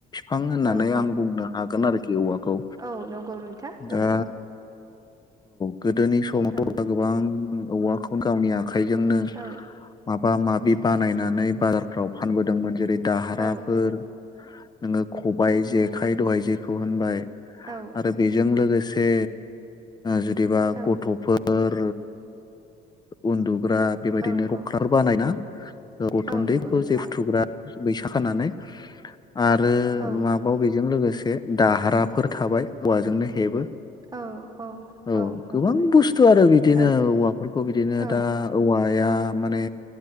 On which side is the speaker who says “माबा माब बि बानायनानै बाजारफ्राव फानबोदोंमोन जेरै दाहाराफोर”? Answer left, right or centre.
Left